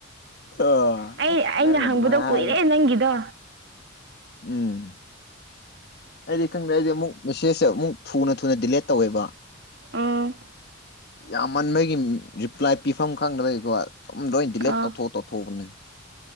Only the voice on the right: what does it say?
ꯑꯩ
ꯑꯩꯅ
ꯍꯪꯕꯗꯣ
ꯀꯨꯏꯔꯦ
ꯅꯪꯒꯤꯗꯣ
ꯎꯝ
ꯑꯣ